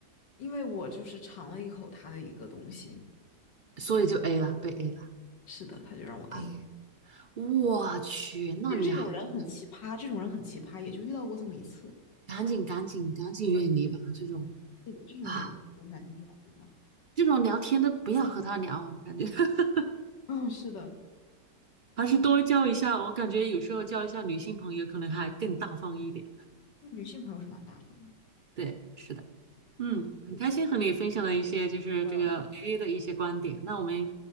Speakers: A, on the left; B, on the right.
A: 因为我就是尝了一口他的一个东西。
B: 所以就 A 了，被 A 了。
A: 是的，他就让我
B: 哎呀，
A: A。
B: 我去，那你还真的。
A: 但是这种人很奇葩，这种人很奇葩，也就遇到过这么一次。
B: 赶紧赶紧赶紧远离吧！这种
A: 是的，这种人就只能赶紧远离了。
B: 啊，这种聊天都不要和他聊，我感觉 <laughs>
A: 嗯，是的，
B: 还是多交一下。我感觉有时候交一下女性朋友可能还更大方一点。
A: 女性朋友是蛮大方的。
B: 对，是的，嗯，
A: 嗯，
B: 很开心和你分享了一些就是这个
A: 呃。下
B: AA 的一些观点。那我们